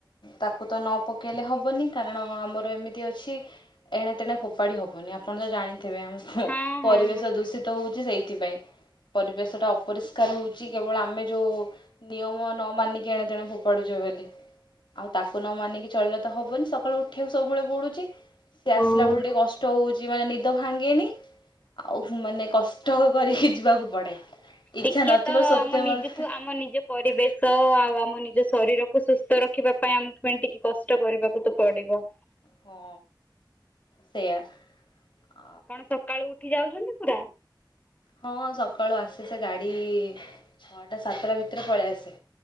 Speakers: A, on the left; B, on the left.
A: ତାକୁ ତ ନ ପକେଇଲେ ହବନି କାରଣ ଆମର ଏମିତି ଅଛି ଏଣେ ତେଣେ ଫୋପାଡ଼ି ହବନି ଆପଣ। ତ ଜାଣିଥିବେ ଆମ
B: ହଁ
A: ପରିବେଶ
B: ହଁ
A: ଦୂଷିତ ହଉଛି ସେଇଥିପାଇଁ। ପରିବେଶ ଟା ଅପରିଷ୍କାର ହଉଛି କେବଳ ଆମେ ଯୋଉ ନିୟମ ନ ମାନିକି ଏଣେ ତଣେ ଫୋପାଡୁଛେ। ଛେ ବେଲି ଆଉ ତାକୁ ନ ମାନିକି ଚଳିଲେ ତ ହବନି ସକାଳୁ ଉଠିବାକୁ ସବୁବେଳେ ପଡୁଛି। ସେ
B: ହଁ।
A: ଆସିଲା ବେଳ ଟିକେ କଷ୍ଟ ହଉଚି ମାନେ ନିଦ ଭାଙ୍ଗେନି। ଆଉ ମାନେ କଷ୍ଟ କରିକି। ଯିବାକୁ ପଡ଼େ ଇଚ୍ଛା
B: ଟିକେ
A: ନଥିବ
B: ତ
A: ସତ୍ୟ
B: ଆମ ନିଜକୁ
A: ମତେ
B: ଆମ ନିଜ ପରିବେଶ ଆଉ ଆମ ନିଜ ଶରୀରକୁ ସୁସ୍ଥ ରଖିବା ପାଇଁ ଆମ ପାଇଁ ଟିକେ କଷ୍ଟ କରିବାକୁ ତ ପଡିବ।
A: ହଁ ସେଇୟା।
B: ଆପଣ ସକାଳୁ ଉଠି ଯାଉଛନ୍ତି ପୁରା।
A: ହଁ ସକାଳୁ ଆସେ ସେ ଗାଡି ଛଅଟା ସାତଟା ଭିତରେ ପଳେଇ ଆସେ